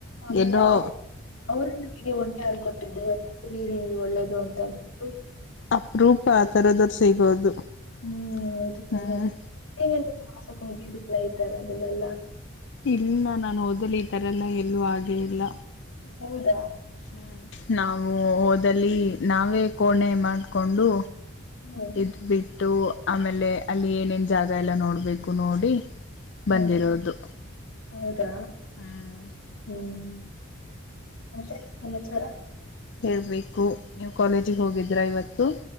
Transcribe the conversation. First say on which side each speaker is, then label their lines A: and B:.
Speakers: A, on the left; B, on the left.
A: ಆಮೇಲೆ
B: ಎಲ್ಲೋ
A: ಯ ಅವರು ನಮಗೆ ಒಂಟೆ ಹಾಲು ಕೊಟ್ಟಿದ್ದೆ ಕುಡಿಯಿರಿ ಒಳ್ಳೇದು ಅಂತ ಅಂದ್ಬಿಟ್ಟು
B: ಅಪ್ರೂಪ ಆ ಥರದ್ರ ಸಿಗೋದು
A: ಹ್ಮ್ ಹೌದು ತುಂಬಾ
B: ಹ್ಮ್
A: ಏನೆಲ್ಲಾಸಕ ಹಕಿದ್ದಿಲ್ಲ ಈತರ ಅದೆಲ್ಲಲ್ಲಾ
B: ಇಲ್ಲ ನಾನು ಹಓದಲು ಈ ತರ ಎಲ್ಲ ಎಲ್ಲೂ ಹಾಗೇ ಇಲ್ಲ
A: ಹೌದಾ
B: ಹ್ಮ ನಾವು ಓದಲಿ ನಾವೇ ಕೋಣೆ ಮಾಡ್ಕೊಂಡು
A: ಹೌ
B: ಇದ ಬಿಟ್ಟು ಆಮೇಲೆ ಅಲ್ಲಿ ಏನೇನು ಜಾಗ ಎಲ್ಲ ನೋಡಬೇಕು ನೋಡಿ ಬಂದಿರೋದು
A: ಹ್ಮ್ ಹೌದಾ
B: ಹ್ಮ್
A: ಹ್ಮ್ ಮತ್ತೆ ಸಮಾಚಾರ
B: ಹೇಳಬೇಕು ನೀವು ಕಾಲೇಜಿಗೆ ಹೋಗಿದ್ರಾ ಇವತ್ತು